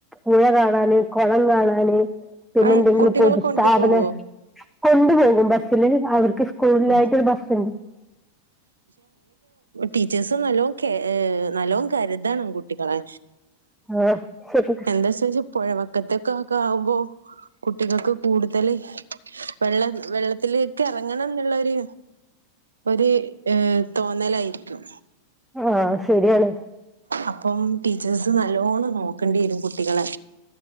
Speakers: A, in the centre; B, on the right (about 75°).
A: പുഴ കാണാന്, കുളം കാണാന് പിന്നെന്തെങ്കിലും
B: ഏഹ് കുട്ടികളെ
A: ഇപ്പോ ഒരു
B: കൊണ്ടുപോവോ?
A: സ്ഥാപനം കൊണ്ടു പോകും ബസ്സില് അവർ സ്കൂളിലായിട്ടൊരു
B: ഉം.
A: ബസ്സുണ്ട്
B: ടീച്ചേഴ്സും നല്ലോം കെ ഏ നല്ലോം കരുതണം കുട്ടികളെ
A: ആ ശരി
B: എന്താ ചോയ്ച്ചെ പുഴവക്കത്തൊക്ക ക്കെ ആവുമ്പോ കുട്ടികൾക്ക് കൂടുതൽ വെള്ള വെള്ളത്തിലേക്കെറങ്ങണ ന്നുള്ളൊരു ഒരു ഏ തോന്നലായിരിക്കും.
A: ആ ശരിയാണ്
B: അപ്പം ടീച്ചേഴ്സ് നല്ലോണം നോക്കേണ്ടി വരും കുട്ടികളെ